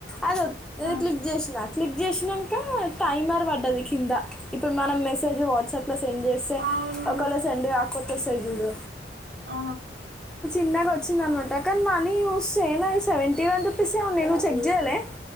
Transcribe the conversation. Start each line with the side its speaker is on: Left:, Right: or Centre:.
Centre: అద ఇది
Right: ఆ
Centre: క్లిక్ చేసిన క్లిక్ చేసినాక టైమర్ పడ్డది కింద ఇప్పుడు మనం మెసేజ్ వాట్సాప్ లో సెండ్ చే అంతే
Right: అవును
Centre: ఒకలా సండే కే వచ్చేస్తారు చూడు
Right: ఆ
Centre: ఇందాక వచ్చిందినమాట కానీ మనీ చూస్తే నాది సెవెంటీ వన్ రూపీస్ ఏ ఉన్నాయి నువ్వు చెక్ చేయలే